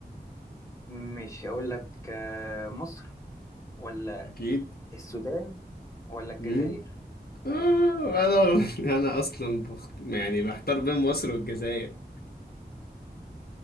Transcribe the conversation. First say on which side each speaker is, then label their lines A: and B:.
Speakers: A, on the left; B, on the left.
A: ماشي أقول لك آه مصر ولا
B: اكيد
A: السودان ولا الجزائر
B: امم آه انا <laughs> انا اصلا بخت... يعني محتار بين مصر والجزائر